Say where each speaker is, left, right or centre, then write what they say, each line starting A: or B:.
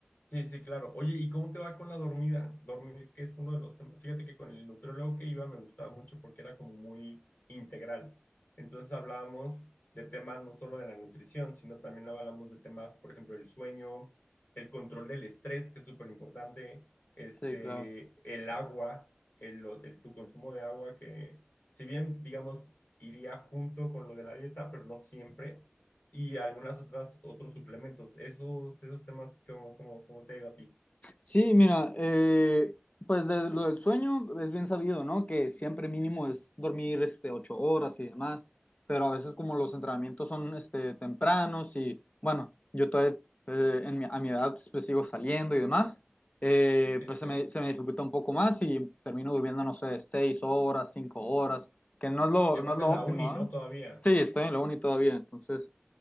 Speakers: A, on the left; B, on the left.
A: Sí, sí, claro. Oye, ¿y cómo te va con la dormida? Dormir, que es uno de los temas. Fíjate que con el nutriólogo que iba me gustaba mucho porque era como muy integral. Entonces hablábamos de temas no solo de la nutrición, sino también hablábamos de temas, por ejemplo, el sueño, el control del estrés, que es súper importante, este,
B: Sí, claro.
A: el agua, el, el- tu consumo de agua, que si bien, digamos, iría junto con lo de la dieta, pero no siempre y algunas otras, otros suplementos. Esos, esos temas, ¿cómo, cómo, cómo te ha ido a ti?
B: Sí, mira, eh, pues de lo del sueño es bien sabido, ¿no? Que siempre mínimo es dormir este, ocho horas y demás, pero a veces como los entrenamientos son este, tempranos y bueno, yo todavía eh, en mi- a mi edad pues sigo saliendo y demás, eh,
A: Sí,
B: pues
A: sí,
B: se
A: sí.
B: me, se me dificulta un poco más y termino durmiendo, no sé, seis horas, cinco horas, que no es lo,
A: Y aparte
B: no es lo
A: la
B: óptimo,
A: uni,
B: ¿ah?
A: ¿no? Todavía.
B: Sí, estoy en la uni todavía, entonces